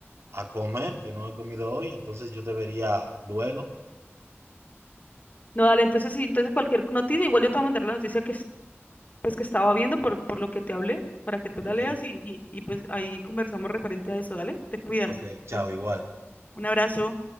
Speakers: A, on the right (about 70°); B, on the left (about 35°).
A: a comer, que no he comido hoy, entonces yo debería luego.
B: No, dale, entonces sí, entonces cualquier noticia, igual yo te voy a mandar la noticia que, es- pues, que estaba viendo por, por lo que te hablé, para que tú
A: Ok,
B: la leas y, y, y, pues ahí conversamos referente a eso, dale, te cuidas.
A: ok, chao,
B: un
A: igual.
B: un abrazo.